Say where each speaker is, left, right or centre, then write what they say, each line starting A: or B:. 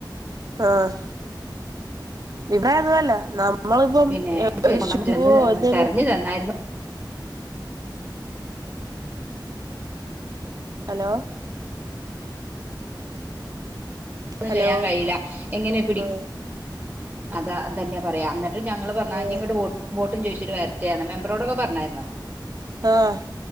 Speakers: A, on the right; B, on the right.
A: ആഹ് ഇവിടെ അതൊന്നുമല്ല നാ നമ്മളിപ്പം
B: പിന്നെ ചെരുപ്പ്
A: ഒരു ഷൂവോ
B: കൊണ്ടുവന്ന്
A: <unintelligible>
B: തെരഞ്ഞു തന്നായിരുന്നു
A: ഹലോ ഹലോ
B: ചെയ്യാൻ കഴിയില്ല എങ്ങനെ പിടി
A: ആഹ്
B: അത അതന്നെ പറയാം എന്നിട്ട് ഞങ്ങള് പറഞ്ഞ
A: ആഹ്
B: ഇനി ഇങ്ങോട്ട് വോട്ടും ചോദിച്ചട്ട് വരട്ടെണ് മെമ്പറോടൊക്ക പറഞ്ഞായിരുന്നോ
A: ആഹ്